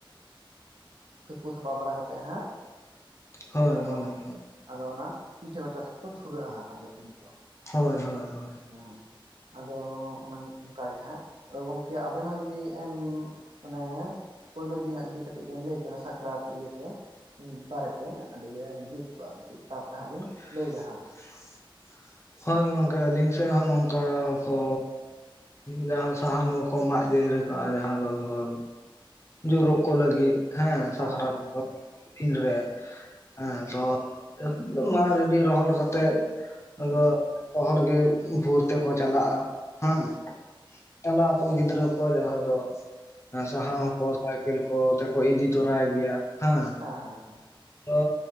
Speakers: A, on the right (about 75°); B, on the left (about 30°).
A: ᱛᱩᱯᱩ ᱥᱟᱯᱟ ᱵᱟᱲᱟ ᱠᱟᱛᱮᱜ ᱦᱟᱸᱜ
B: ᱦᱳᱭ
A: ᱟᱫᱚ
B: ᱦᱳᱭ ᱦᱳᱭ
A: ᱦᱟᱸᱜ ᱟᱫᱚ ᱚᱱᱟ ᱯᱤᱴᱷᱟᱹ ᱞᱟᱴᱷᱟ ᱥᱮᱫ ᱠᱚ ᱫᱷᱩᱨᱟᱹᱜ-ᱟ ᱦᱟᱸᱜ ᱟᱫᱚ ᱩᱱᱫᱚ᱾
B: ᱦᱳᱭ ᱦᱳᱭ ᱦᱳᱭ
A: ᱦᱮᱸ ᱦᱮᱸ ᱟᱫᱚ ᱚᱱᱮᱝ ᱚᱝᱠᱟ ᱜᱮ ᱦᱟᱸᱜ, ᱟᱫᱚ ᱜᱚᱝᱠᱮ ᱟᱵᱮᱱ ᱦᱚᱸ ᱡᱩᱫᱤ ᱢᱟᱱᱮᱻ ᱯᱳᱭᱞᱳ ᱫᱤᱱ ᱨᱮᱱᱟᱜ ᱡᱩᱫᱤ ᱠᱟᱹᱴᱤᱜ ᱵᱮᱱ ᱞᱟᱹᱭ ᱠᱟ ᱱᱟᱥ ᱥᱟᱠᱨᱟᱛ ᱤᱭᱟᱹᱛᱮ, ᱵᱟᱨᱮᱛᱮ ᱟᱹᱰᱤ ᱜᱮ ᱡᱩᱛ ᱠᱚᱜ-ᱟ ᱠᱟᱹᱴᱤᱜ ᱛᱟᱯᱚᱨᱮ ᱦᱟᱸᱜ ᱞᱤᱧ
B: <inaudible>
A: ᱞᱟᱹᱭᱫᱟ ᱦᱟᱸᱜ
B: ᱦᱳᱭ ᱜᱚᱝᱠᱮ, ᱟᱹᱞᱤᱝ ᱥᱮᱜ ᱦᱚᱸ ᱱᱚᱝᱠᱟ ᱠᱚᱻ ᱡᱟᱦᱟᱸ ᱥᱟᱦᱟᱱ ᱠᱚᱠᱚ ᱢᱟᱜ ᱤᱫᱤ ᱦᱤᱨᱟᱹ ᱠᱟᱜ-ᱟ ᱡᱟᱦᱟᱸ ᱫᱚ ᱫᱚᱦᱚ ᱡᱳᱨᱳᱜ ᱠᱚ ᱞᱟᱹᱜᱤᱫ ᱦᱮᱸ ᱥᱟᱠᱨᱟᱛ
A: ᱦᱮᱸ
B: ᱠᱚ ᱛᱤᱱ ᱨᱮ ᱦᱮᱸ ᱛᱚ ᱫᱚ ᱢᱟᱜ ᱨᱮᱰᱤ ᱨᱚᱦᱚᱲ ᱠᱟᱛᱮᱜ
A: ᱦᱮᱸ
B: ᱟᱫᱚ ᱛᱚ ᱦᱚᱲ ᱜᱮ ᱵᱷᱳᱨ ᱛᱮᱠᱚ ᱪᱟᱞᱟᱜ-ᱟ, ᱦᱮᱸ ᱪᱟᱞᱟᱜ ᱟᱠᱚ ᱜᱤᱫᱽᱨᱟᱹ ᱠᱚ ᱡᱟᱦᱟᱸ ᱨᱮᱫᱚ ᱥᱟᱦᱟᱱ
A: ᱦᱮᱸ ᱦᱮᱸ ᱦᱮᱸ
B: ᱦᱚᱸ ᱠᱚ ᱠᱮᱞ ᱠᱚ ᱛᱮᱠᱚ ᱤᱫᱤ ᱛᱚᱨᱟᱭ ᱜᱮᱭᱟ, ᱦᱟᱸ
A: ᱦᱟᱸ ᱦᱟᱸ ᱦᱟᱸ᱾
B: ᱛᱚ